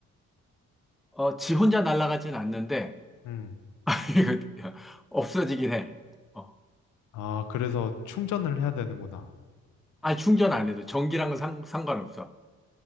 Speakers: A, in the centre; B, on the left.
A: 어, 지 혼자 날아가진 않는데,
B: 음.
A: <laughs> 이거 없어지긴 해. 어.
B: 아, 그래서 충전을 해야 되는구나.
A: 아니, 충전 안 해도. 전기랑은 상, 상관없어.